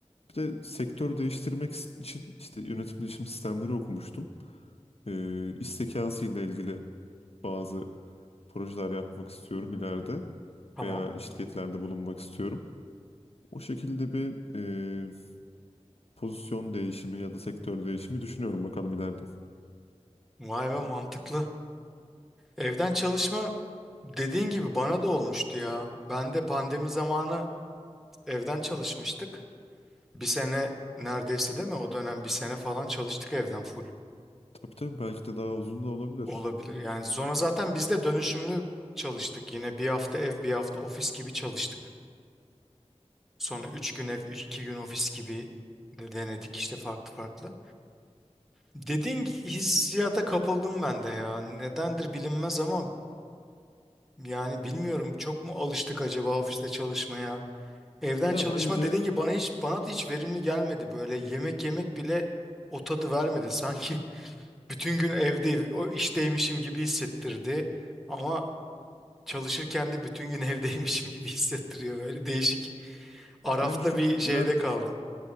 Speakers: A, on the left; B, in the centre.
A: Bir de sektör değiştirmek için işte yönetim bilişim sistemleri okumuştum. E, iş zekası ile ilgili bazı projeler yapmak istiyorum ileride
B: Tamam.
A: veya şirketlerde bulunmak istiyorum. O şekilde bir e, pozisyon değişimi ya da sektör değişimi düşünüyorum bakalım ileride.
B: Vay be mantıklı. Evden çalışma dediğin gibi bana da olmuştu ya. Ben de pandemi zamanı Evden çalışmıştık. Bir sene neredeyse değil mi? O dönem bir sene falan çalıştık evden full.
A: Tabii tabii belki de daha uzun da olabilir.
B: Olabilir yani. Sonra zaten biz de dönüşümlü çalıştık. Yine bir hafta ev bir hafta ofis gibi çalıştık. Sonra üç gün ev, üç, iki gün ofis gibi de denedik işte farklı farklı. Dediğin hissiyata kapıldım ben de ya. Nedendir bilinmez ama yani bilmiyorum çok mu alıştık acaba ofiste çalışmaya? Evden
A: Ya
B: çalışma
A: bence
B: dediğin gibi bana hiç bana da hiç verimli gelmedi böyle yemek yemek bile o tadı vermedi <laughs> sanki Bütün gün evde, o işteymişim gibi hissettirdi. Ama çalışırken de bütün gün <laughs> evdeymişim gibi hissettiriyor. Böyle değişik. Arafta
A: bence çok
B: bir şeyde
A: nerede
B: kaldım.